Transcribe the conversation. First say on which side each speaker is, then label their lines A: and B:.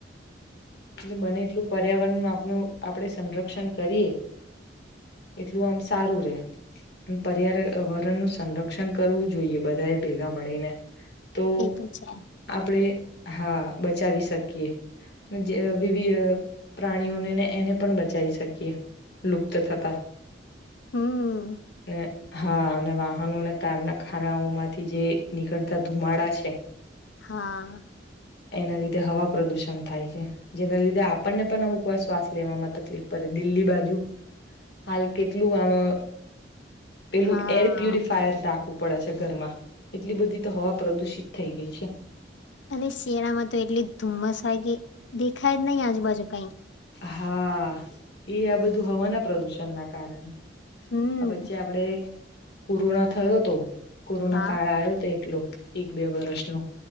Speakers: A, on the left (about 60°); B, on the left (about 75°).
A: એટલે બને એટલું પર્યાવરણનું આપનું આપડે સંરક્ષણ કરીએ એટલું આમ સારું રે પર્યાવરણનું સંરક્ષણ કરવું જોઈએ બધા એ ભેગા મળીને. તો
B: એ છે
A: આપડે હા, બચાવી શકીએ. જે વિવિ અહ પ્રાણીઓને ને એને પણ બચાવી શકીએ લુપ્ત થતા.
B: હમ
A: અને હા અને વાહનો અને કારના ખાનાઓ માંથી જે નીકળતા ધુમાડા છે
B: હા.
A: એના લીધે હવા પ્રદુષણ થાય છે જેના લીધે આપણને પણ અમુક વાર શ્વાસ લેવામાં તકલીફ પડે દિલ્લી બાજુ હાલ કેટલું આવા પેલું
B: હા
A: એર પ્યુરિફાયર રાખવુ પડે છે ઘરમાં. એટલી બધી તો હવા પ્રદુષિત થઈ ગઈ છે.
B: અને શિયાળામાં તો એટલી ધુમ્મસ હોય કે દેખાય જ નહીિ આજુબાજુ કઈ.
A: હા, એ આ બધું હવાના પ્રદુષણ ના કારણે.
B: હમ
A: આ વચ્ચે આપડે કોરોના થયો તો કોરોના
B: હા
A: કાળ આયો તો એટલો એક બે વરસ નો